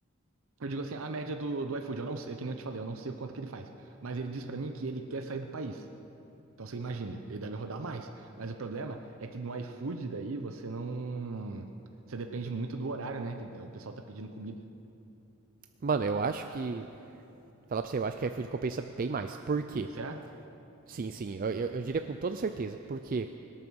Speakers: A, on the right; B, on the right.
A: Eu digo assim, a média do, do iFood, eu não sei, é que nem eu te falei, eu não sei o quanto que ele faz. Mas ele diz pra mim que ele quer sair do país. Então você imagina, ele deve rodar mais. Mas o problema é que no iFood daí você não. Você depende muito do horário, né? Que o pessoal tá pedindo comida.
B: Mano, eu acho que. Falar pra você, eu acho que iFood compensa bem mais. Por quê?
A: Certo?
B: Sim, sim, eu, eu- eu diria com toda certeza. Por quê?